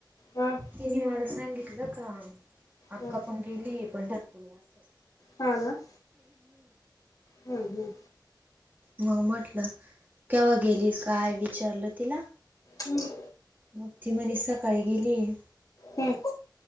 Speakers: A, on the left; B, on the right.
A: ह
B: तीनी मला सांगितलं का, अक्का
A: ह
B: पण गेलीय पंढरपूरला असं.
A: हा हम्म हम्म.
B: मग म्हटलं. केव्हा गेलीस काय विचारलं तिला?
A: हम्म.
B: मग ती म्हणी सकाळी गेली आहे.
A: हम्म.